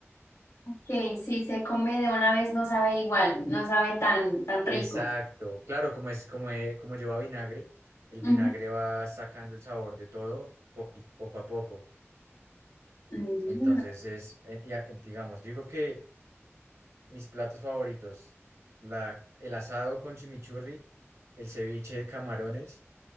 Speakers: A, on the left; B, on the right.
A: que si se come de una vez no sabe igual, no sabe tan, tan
B: Exacto.
A: rico.
B: Claro, como es, como, eh, como lleva vinagre, el
A: Ujú.
B: vinagre va sacando el sabor de todo poco, poco a poco.
A: Mm,
B: Entonces es, eh, ya, digamos, digo que mis platos favoritos, la, el asado con chimichurri, el ceviche de camarones